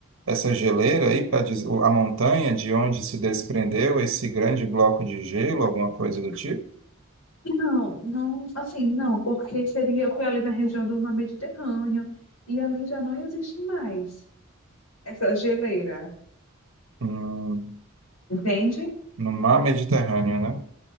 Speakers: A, on the right; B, on the left.
A: essa geleira aí, para a montanha de onde se desprendeu esse grande bloco de gelo, alguma coisa do tipo,
B: Não, não, assim, não, porque seria, foi ali na região do Mar Mediterrâneo e ali já não existe mais essa geleira,
A: Hum,
B: entende?
A: no mar Mediterrâneo, né?